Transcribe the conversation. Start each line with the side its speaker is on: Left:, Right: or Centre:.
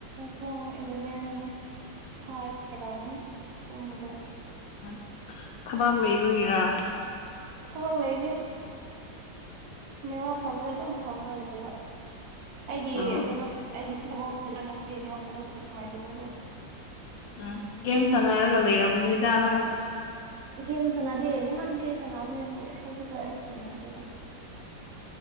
Right: ꯄꯨꯡ ꯏꯂꯚꯦꯟ ꯃꯈꯥꯏ ꯂꯧꯥꯎꯅꯤ ꯇꯨꯝꯕꯗꯣ
Left: ꯎꯝ ꯊꯕꯥꯛ ꯂꯩꯕꯒꯤꯔꯥ
Right: ꯊꯕ ꯂꯩꯗꯤ ꯅꯦꯋꯥꯥꯛ ꯐꯕꯗ ꯑꯗꯨꯝ ꯐꯝꯃꯣꯏ ꯂꯩꯕ ꯑꯩꯒꯤ
Left: ꯑꯥ
Right: ꯀꯩꯅꯣ ꯑꯩꯒꯤ ꯊꯃꯡꯗ ꯆꯪꯉꯦꯉꯗ ꯈꯔ ꯅꯨꯡꯉꯥꯏꯇꯕꯕꯨꯣ
Left: ꯎꯝ ꯒꯦꯝ ꯁꯥꯟꯅꯔꯒ ꯂꯩꯔꯝꯅꯤꯗ ꯅꯪ
Right: ꯒꯦꯝ ꯁꯥꯟꯅꯗꯦ ꯅꯍꯥꯟꯗꯤ ꯁꯥꯟꯅꯅꯕꯅꯦ ꯑꯗꯨꯕꯨ ꯍꯧꯖꯤꯛꯀꯥꯟꯗꯤ ꯁꯥꯟꯅꯗ꯭ꯔꯤꯗ